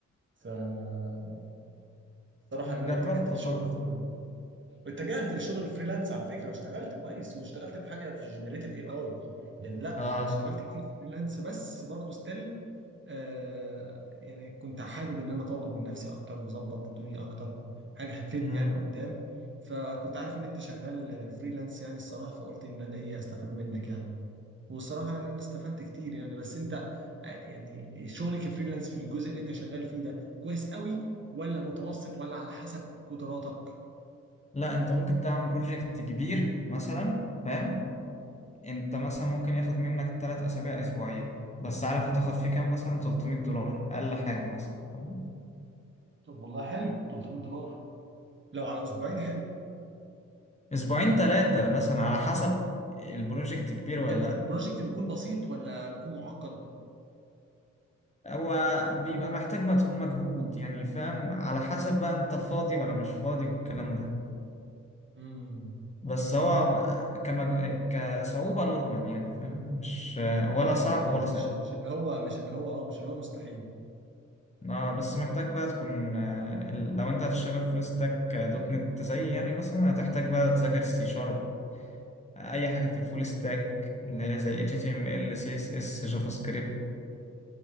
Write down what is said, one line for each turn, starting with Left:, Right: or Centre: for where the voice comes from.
Right: فالصراحه
Left: جربت
Right: ان انا اتجهت للشغل
Left: برضو
Right: واتجهت لشغل الفريلانس على فكره واشتغلت كويس واشتغلت بحاجه في جنريتيف اي اي يعني لا
Left: اه
Right: يعني اشتغلت كتير فريلانس بس برضه ستيل آه يعني كنت حابب ان انا اطور من نفسي اكتر واظبط الدنيا اكتر حاجه هتفيدني
Left: امم
Right: يعني قدام فكنت عارف ان انت شغال فريلانس يعني الصراحه فقلت ان انا ايه استفاد منك يعني والصراحه يعني انا استفدت كتير يعني بس انت آه، يعني شغلك كفريلانس في الجزء اللي انت شغال فيه ده كويس قوي ولا متوسط ولا على حسب قدراتك
Left: لا انت ممكن تعمل بروجكت كبير مثلا فاهم انت مثلا ممكن ياخد منك تلات اسابيع اسبوعين بس عارف هتاخد فيه كام مثلا 300 دولار اقل حاجه مثلا فاهم؟
Right: طب والله حلو 300 دولار لو على اسبوعين حلو
Left: اسبوعين تلاتة مثلا على حسب البروجكت كبير ولا
Right: يعني
Left: لا
Right: البروجكت بيكون بسيط ولا بيكون معقد
Left: هو بيبقى محتاج مت- مجهود يعني فاهم على حسب بقى انت فاضي ولا مش فاضي والكلام ده
Right: امم
Left: بس هو م- كمج... كصعوبة نورمال يعني فاهم مش ولا
Right: عادي
Left: صعب
Right: يعني
Left: ولا
Right: مش
Left: سهل
Right: مش اللي هو مش اللي هو اه مش اللي هو مستحيل
Left: اه بس محتاج بقى تكون آه، لو انت هتشتغل فول ستاك دوت نت زي يعني مثلا هتحتاج بقى تذاكر سي شارب اي حاجه في الفول ستاك اللي هي زي HTML
Right: امم
Left: CSS جافا سكريبت